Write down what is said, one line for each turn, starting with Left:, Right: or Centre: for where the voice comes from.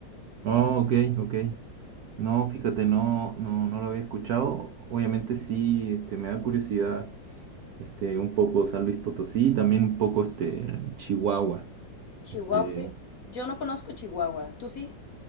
Right: Oh, ok, ok. No, fíjate, no, no, no lo había escuchado. Obviamente sí, este, me da curiosidad, este, un poco San Luis Potosí, también un poco este Chihuahua.
Left: Chihuahua.
Right: Este,
Left: eh, Yo no conozco Chihuahua. ¿Tú sí?